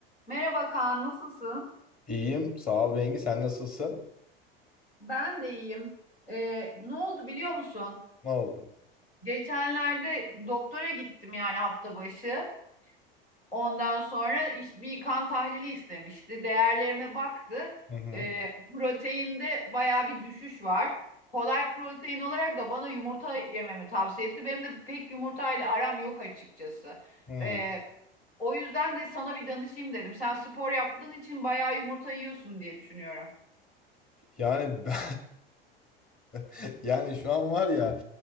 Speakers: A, on the left; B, on the left.
A: Merhaba Kaan, nasılsın?
B: İyiyim. Sağ ol Bengi. Sen nasılsın?
A: Ben de iyiyim. Ee, ne oldu biliyor musun?
B: Ne oldu?
A: Geçenlerde doktora gittim yani hafta başı. Ondan sonra iş- bir kan tahlili istemişti. Değerlerime baktı.
B: Hı hı.
A: Ee, proteinde baya bir düşüş var. Kolay protein olarak da bana yumurta yememi tavsiye etti. Benim de pek yumurtayla aram yok açıkçası.
B: Hı.
A: Ee, o yüzden de sana bir danışayım dedim. Sen spor yaptığın için bayağı yumurta yiyorsun diye düşünüyorum.
B: Yani ben <laughs> yani şu an var ya